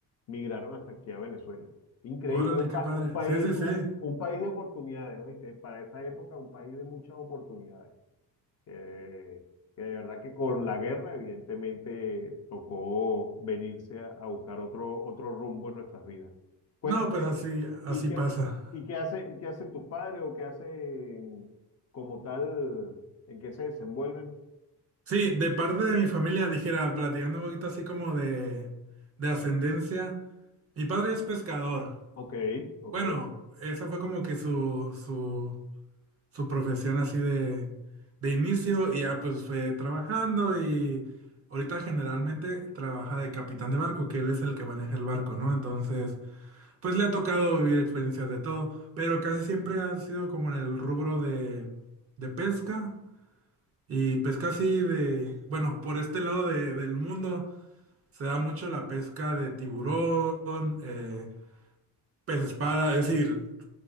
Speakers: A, on the left; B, on the right.
A: migraron hasta aquí a Venezuela. Increíble,
B: órale,
A: un,
B: qué
A: pa-
B: padre.
A: un país,
B: Sí, sí,
A: un,
B: sí.
A: un país de oportunidades, ¿oíste? Para esa época, un país de muchas oportunidades. Eh, que de verdad que con la guerra, evidentemente, tocó venirse a, a buscar otro, otro rumbo en nuestras vidas. Cuéntame,
B: No, pues así, así
A: ¿Y qué,
B: pasa.
A: y qué hace, qué hacen tus padres o qué hacen como tal, en qué se desenvuelven?
B: Sí, de parte de mi familia, dijera, platicando un poquito así como de, de ascendencia. Mi padre es pescador.
A: Ok, ok.
B: Bueno, esa fue como que su, su, su profesión así de, de inicio y ya pues fue trabajando y ahorita generalmente trabaja de capitán de barco, que él es el que maneja el barco, ¿no? Entonces... Pues le ha tocado vivir experiencias de todo, pero casi siempre ha sido como en el rubro de, de pesca y pesca así de, bueno, por este lado de- del mundo se da mucho la pesca de tiburón, eh, pez espada, es decir,